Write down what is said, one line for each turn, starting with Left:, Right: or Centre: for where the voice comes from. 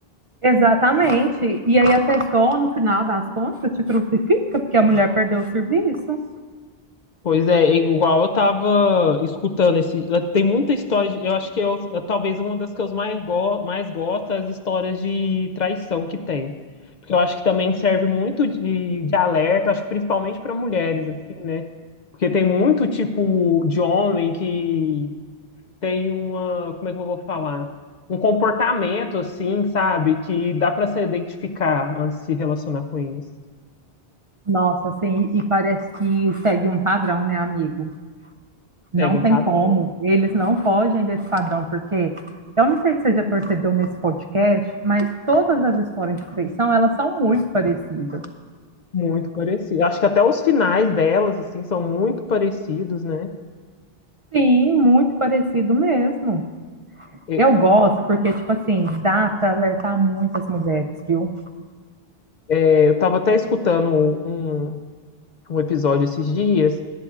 Right: Exatamente. E aí a pessoa, no final das contas, te crucifica porque a mulher perdeu o serviço.
Left: Pois é, é igual eu tava escutando esse. é, Tem muita história de. Eu acho que eu, eu- talvez uma das que eu mais, go, mais gosto é as histórias de traição que tem. Porque eu acho que também serve muito de, de alerta, acho que principalmente para mulheres, assim, né? Porque tem muito tipo de homem que tem uma. Como é que eu vou falar? Um comportamento, assim, sabe? Que dá para se identificar antes de se relacionar com eles.
Right: Nossa, assim, e parece que segue um padrão, né, amigo? Não
Left: Segue
Right: tem
Left: um padrão.
Right: como. Eles não fogem desse padrão, porque eu não sei se você já percebeu nesse podcast, mas todas as histórias de traição, elas são muito parecidas.
Left: Muito parecido. Acho que até os finais delas, assim, são muito parecidos, né?
Right: Sim, muito parecido mesmo.
Left: E-
Right: Eu gosto porque, tipo assim, dá para alertar muitas mulheres, viu?
Left: é, eu tava até escutando um, um episódio esses dias,